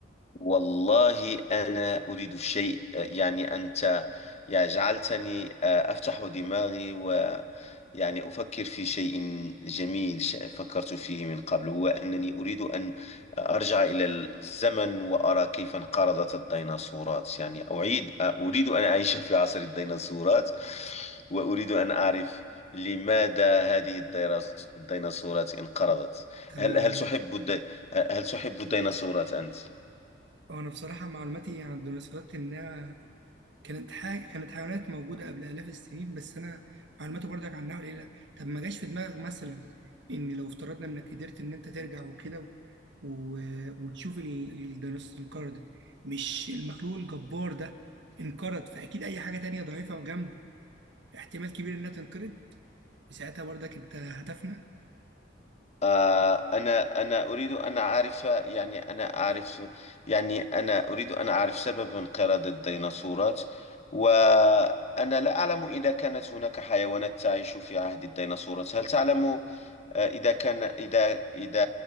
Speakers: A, on the left; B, on the right.
A: والله أنا أريد الشيء يعني أنت يعني جعلتني آه، أفتح دماغي ويعني أفكر في شيء جميل ش- فكرت فيه من قبل هو أنني أريد أن أرجع إلى الزمن وأرى كيف انقرضت الديناصورات يعني أعيد آه، أريد أن أعيش في عصر الديناصورات وأريد أن أعرف لماذا هذه الديراس- الديناصورات انقرضت
B: طب
A: هل
B: ما هو
A: هل تحب الدي... هل تحب الديناصورات أنت؟
B: وانا بصراحه معلوماتي عن الديناصورات انها كانت حاجه كانت حيوانات موجوده قبل الاف السنين بس انا معلوماتي برضك عنها قليله طب ما جاش في دماغك مثلا ان لو افترضنا انك قدرت ان انت ترجع وكده و... وتشوف ال- الديناصور انقرضت مش المخلوق الجبار ده انقرض فاكيد اي حاجه تانية ضعيفه جنبه احتمال كبير انها تنقرض وساعتها برضك انت هتفنى
A: آه، أنا أنا أريد أن أعرف يعني أنا أعرف يعني أنا أريد أن أعرف سبب انقراض الديناصورات وأنا لا أعلم إذا كانت هناك حيوانات تعيش في عهد الديناصورات هل تعلم آه، إذا كان إذا إذا